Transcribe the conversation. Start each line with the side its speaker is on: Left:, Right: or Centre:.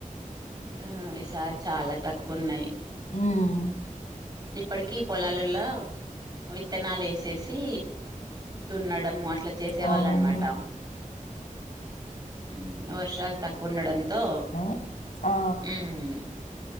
Right: ఆ ఈ సారి చాలా తక్కున్నాయ్
Left: ఊమ్
Right: ఇప్పడికీ పోలాలల్లా విత్తనాలు ఏసేసి దున్నడం అట్ల్ ట్ల చేసేవాళ్ళ
Left: అవునండి.
Right: అనమాట ఉ వర్షాలు తక్కువ ఉండడం తో
Left: ఆ! ఆ!
Right: ఉమ్